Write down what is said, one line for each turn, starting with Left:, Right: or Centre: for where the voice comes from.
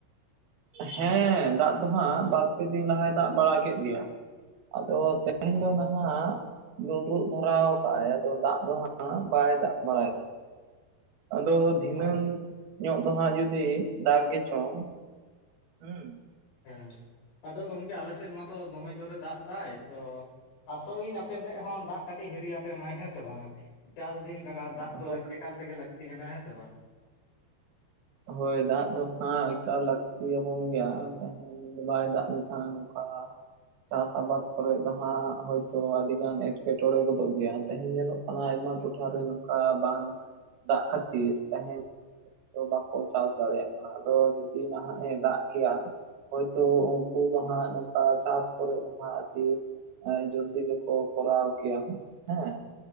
Right: ᱦᱮᱸ ᱫᱟᱜ ᱫᱚ ᱦᱟᱸᱜ ᱵᱟᱨᱯᱮ ᱫᱤᱱ ᱞᱟᱦᱟᱭ ᱫᱟᱜ ᱵᱟᱲᱟ ᱠᱮᱫ ᱜᱮᱭᱟ ᱟᱫᱚ ᱛᱮᱦᱮᱧ
Left: ᱚ ᱾
Right: ᱫᱚ ᱱᱟᱦᱟᱜ ᱰᱩᱸᱰᱨᱩᱜ ᱫᱷᱟᱨᱟᱣ ᱠᱟᱫ ᱟᱭ ᱟᱫᱚ ᱫᱟᱜ ᱫᱚ ᱦᱟᱸᱜ ᱵᱟᱭ ᱫᱟᱜ ᱵᱟᱲᱟᱭ ᱫᱟ ᱾ ᱟᱫᱚ ᱫᱷᱤᱱᱟᱹᱝ
Left: ᱟᱪ
Right: ᱧᱚᱜ ᱫᱚ ᱦᱟᱸᱜ ᱡᱩᱫᱤ ᱫᱟᱜ ᱜᱮ ᱪᱚᱝ, ᱦᱩᱸ ᱾
Left: ᱦᱮᱸ ᱟᱫᱚ ᱜᱚᱝᱠᱮ ᱟᱞᱮ ᱥᱮᱫ ᱢᱟᱛᱚ ᱫᱚᱢᱮ ᱡᱳᱨᱮ ᱫᱟᱜ ᱫᱟᱭ, ᱛᱚ ᱟᱥᱚᱜ ᱤᱧ ᱟᱯᱮ ᱥᱮᱫ ᱦᱚᱸ ᱫᱟᱜ ᱠᱟᱹᱴᱤᱡ ᱦᱤᱨᱤ ᱟᱯᱮ ᱢᱟᱭ ᱦᱮᱸ ᱥᱮ ᱵᱟᱝᱟ ᱾ ᱪᱟᱥ ᱫᱤᱱ ᱠᱟᱱᱟ ᱫᱟᱜ ᱫᱚ
Right: ᱦᱳᱭ
Left: ᱞᱟᱹᱠ ᱮᱠᱟᱞ ᱛᱮᱜᱮ ᱞᱟᱹᱠᱛᱤ ᱠᱟᱱᱟ ᱦᱮᱸ ᱥᱮ ᱵᱟᱝ?
Right: ᱦᱳᱭ ᱫᱟᱜ ᱫᱚ ᱦᱟᱸᱜ ᱮᱠᱟᱞ ᱞᱟᱹᱠᱛᱤ ᱭᱟᱵᱚᱱ ᱜᱮᱭᱟ <unintelligible> ᱛᱟᱦᱮᱸ ᱾ ᱵᱟᱭ ᱫᱟᱜ ᱞᱮᱠᱷᱟᱱ ᱱᱚᱝᱠᱟ ᱪᱟᱥ ᱟᱵᱟᱫᱽ ᱠᱚᱨᱮ ᱫᱚ ᱦᱟᱸᱜ ᱦᱳᱭᱛᱳ ᱟᱹᱰᱤ ᱜᱟᱱ ᱮᱴᱠᱮᱴᱚᱬᱮ ᱜᱚᱫᱚᱜ ᱜᱮᱭᱟ ᱛᱮᱦᱮᱧ ᱧᱮᱞᱚᱜ ᱢᱟᱱᱮ ᱟᱭᱢᱟ ᱴᱚᱴᱷᱟᱨᱮ ᱱᱚᱝᱠᱟ ᱵᱟᱝ ᱫᱟᱜ ᱠᱷᱟᱹᱛᱤᱨ ᱛᱮᱦᱮᱧ <unintelligible> ᱪᱟᱥ ᱫᱟᱲᱮᱭᱟᱜ ᱠᱟᱱᱟ ᱟᱫᱚ ᱡᱩᱫᱤ ᱱᱟᱦᱟᱜ ᱮ ᱫᱟᱜ ᱠᱮᱜᱣᱟ ᱦᱚᱭᱛᱳ ᱩᱱᱠᱩ ᱫᱚ ᱦᱟᱸᱜ ᱱᱚᱠᱟ ᱪᱟᱥ ᱠᱚᱨᱮᱜ ᱫᱚ ᱦᱟᱸᱜ <unintelligible> ᱡᱚᱞᱫᱤ ᱜᱮ ᱠᱚ ᱠᱚᱨᱟᱣ ᱠᱮᱭᱟ ᱦᱮᱸ ᱾